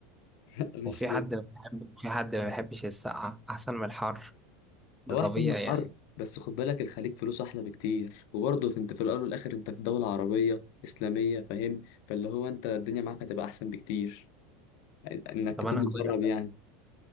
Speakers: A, on the left; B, in the centre.
A: <laughs> مش
B: وفي حد ما بيحب- في حد ما بيحبش السقعة أحسن من الحر ده
A: هو
B: طبيعي
A: احسن من الحر
B: يعني.
A: بس خد بالك الخليج فلوس احلى بكتير وبرضه في- انت في الاول والاخر انت في دولة عربية اسلامية فاهم فاللي هو انت الدنيا معاك هتبقى احسن بكتير انك
B: طب
A: تكون
B: انا
A: متغرب
B: هقول لك
A: يعني